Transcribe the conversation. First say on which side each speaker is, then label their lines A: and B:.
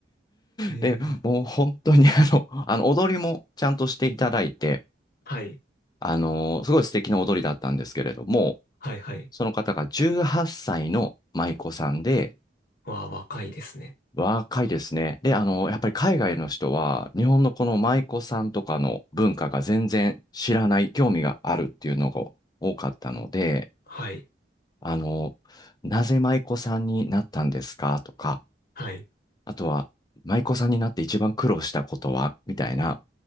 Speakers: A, on the left (about 55°); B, on the left (about 25°).
A: えー、
B: で、もう本当にあの、あの、踊りもちゃんとしていただいて、
A: はい。
B: あのーすごい素敵な踊りだったんですけれども、
A: はいはい。
B: その方が18歳の舞妓さんで、
A: わあ、若いですね。
B: 若いですね。で、あのーやっぱり海外の人は、日本のこの舞妓さんとかの文化が全然知らない、興味があるっていうのが多かったので、
A: はい。
B: あのーなぜ舞妓さんになったんですかとか、
A: はい。
B: あとは、舞妓さんになって一番苦労したことはみたいな、